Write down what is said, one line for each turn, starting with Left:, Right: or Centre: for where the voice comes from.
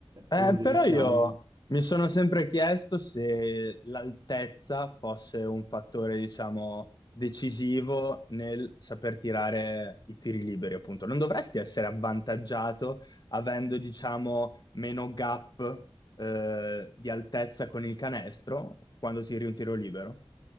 Left: Eh,
Right: è una delle
Left: però
Right: chiavi.
Left: io mi sono sempre chiesto se l'altezza fosse un fattore, diciamo, decisivo nel saper tirare i tiri liberi, appunto. Non dovresti essere avvantaggiato avendo, diciamo, meno gap, eh, di altezza con il canestro quando tiri un tiro libero?